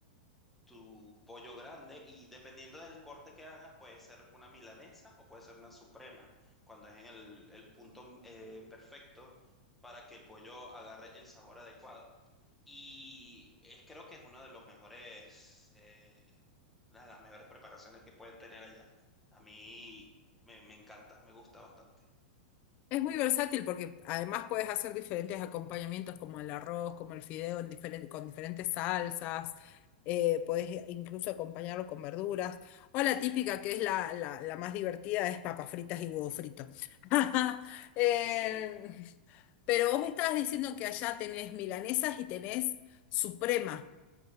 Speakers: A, in the centre; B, on the left.
A: tu pollo grande y dependiendo del corte que hagas puede ser una milanesa o puede ser una suprema, cuando es en el, el punto eh, perfecto para que el pollo agarre el sabor adecuado. Y es, creo que es una de los mejores, eh, una de las mejores preparaciones que pueden tener allá. A mí me, me encanta, me gusta bastante.
B: Es muy versátil porque además puedes hacer diferentes acompañamientos como el arroz, como el fideo en diferen- con diferentes salsas, eh, podés i- incluso acompañarlo con verduras. O la típica que es la, la- la más divertida es papas fritas y huevo frito. <laughs> Eh,
A: <laughs> Sí,
B: pero vos me estabas diciendo que allá tenés milanesas y tenés suprema.